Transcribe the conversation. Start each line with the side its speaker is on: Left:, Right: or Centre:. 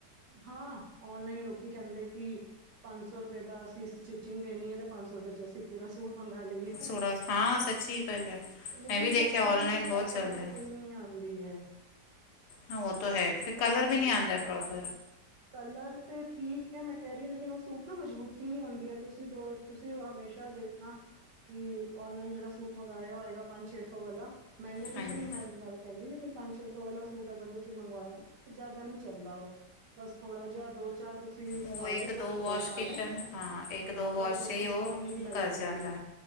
Right: ਹਾਂ ਔਨਲਾਈਨ ਲੋਕੀ ਕਹਿੰਦੇ ਕਿ ਪੰਜ ਸੌ ਰੁਪਏ ਦਾ ਅਸੀਂ ਸਟਿਚਿੰਗ ਦੇਣੀ ਹੈ ਤੇ ਪੰਜ ਸੌ ਰੁਪਏ ਚ ਅਸੀਂ ਪੂਰਾ ਸੂਟ। ਮੰਗਾ ਲਈਏ
Left: ਥੋੜਾ ਹਾਂ ਸੱਚੀ ਗੱਲ ਹੈ
Right: ਲੇਕਿਨ
Left: ਮੈਂ ਵੀ ਦੇਖਿਆ
Right: ਪਤਾ
Left: ਔਨਲਾਈਨ
Right: ਉਹਦੇ ਚ ਪ੍ਰੋਪਰ
Left: ਬਹੁਤ ਚੱਲਦਾ
Right: ਫਿਟਿੰਗ ਨਹੀਂ ਆਉਂਦੀ ਹੈ।
Left: ਹਾਂ ਉਹ ਤਾਂ ਹੈ ਫਿਰ
Right: ਪ੍ਰੋਪਰ
Left: ਕਲਰ ਵੀ ਨਹੀਂ
Right: ਫਿਟ
Left: ਆਉਂਦਾ ਪ੍ਰੋਪਰ।
Right: ਕਲਰ ਤੇ ਠੀਕ ਹੈ ਮੈਂ ਕਹਿ ਰਹੀ ਹਾਂ ਲੇਕਿਨ ਉਸ। ਸੂਟ ਨਾ ਮਜਬੂਤੀ ਨੀ ਆਉਂਦੀ ਹੈ ਤੁਸੀਂ ਦੋ ਤੁਸੀਂ ਹਮੇਸ਼ਾ ਦੇਖਣਾ ਕਿ ਔਨਲਾਈਨ ਜਿਹੜਾ ਸੂਟ ਮੰਗਾਇਆ ਹੋਏਗਾ ਪੰਜ ਛੇ ਸੌ ਵਾਲਾ। ਮਹਿੰਗੇ ਦੀ
Left: ਹਾਂਜੀ
Right: ਤਾਂ ਨੀ ਮੈਂ ਗੱਲ ਕਹਿੰਦੀ ਲੇਕਿਨ ਪੰਜ। ਛੇ ਸੌ ਵਾਲਾ ਸੂਟ ਅਰ ਤੁਸੀਂ ਮੰਗਵਾਇਆ ਤੇ ਜ਼ਿਆਦਾ ਨਹੀਂ ਚੱਲਦਾ ਉਹ। ਬਸ ਥੋੜਾ ਜਿਹਾ ਦੋ ਚਾਰ ਤੁਸੀਂ।
Left: ਉਹ
Right: ਪਾ
Left: ਇੱਕ
Right: ਲਏ
Left: ਦੋ
Right: ਧੋ
Left: ਵਾਸ਼
Right: ਪਾ
Left: ਕੀਤਾ
Right: ਲਏ
Left: ਹਾਂ ਇੱਕ ਦੋ ਵਾਸ਼
Right: ਬਸ ਉੱਥੇ
Left: ਚ ਹੀ ਉਹ
Right: ਬਸ ਉਨੀ ਕੁ ਲਾਈਫ
Left: ਕਰ
Right: ਹੁੰਦੀ
Left: ਜਾਂਦਾ
Right: ਹੈ